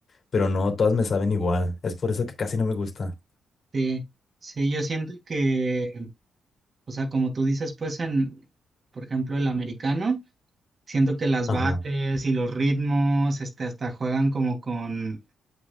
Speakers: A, on the left (about 55°); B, on the right (about 45°).
A: pero no, todas me saben igual. Es por eso que casi no me gusta.
B: sí, sí, yo siento que, o sea, como tú dices, pues en, por ejemplo, el americano. Siento que las
A: Ajá,
B: bases y los ritmos, este, hasta juegan como con,